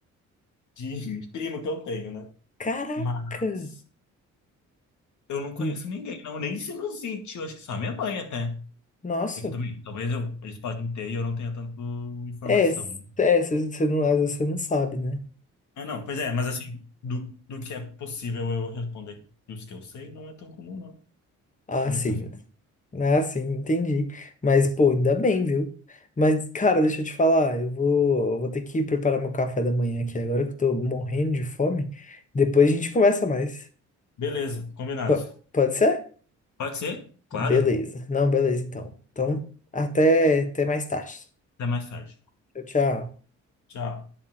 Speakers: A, on the left; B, on the left.
A: de <laughs> primo que eu tenho, né?
B: Caraca!
A: Mas eu não conheço
B: Hum,
A: ninguém, não, nem sinusite, eu acho que só minha mãe até.
B: Nossa!
A: É que também, talvez eu, eles podem ter e eu não tenha tanto informação,
B: É, s-
A: né?
B: é, você você não, às vezes você não sabe, né?
A: Ah, não, pois é, mas assim, do, do que é possível eu responder e os que eu sei, não é tão comum, não.
B: Ah,
A: No-
B: sim.
A: no-
B: Ah, sim, entendi. Mas, pô, ainda bem, viu? Mas, cara, deixa eu te falar, eu vou, eu vou ter que preparar meu café da manhã aqui agora que eu tô morrendo de fome. Depois a gente conversa mais.
A: Beleza, combinado.
B: Po- pode ser?
A: Pode ser? Claro.
B: Beleza. Não, beleza, então. Então, até, até mais tarde.
A: Até mais tarde.
B: Tchau, tchau.
A: Tchau.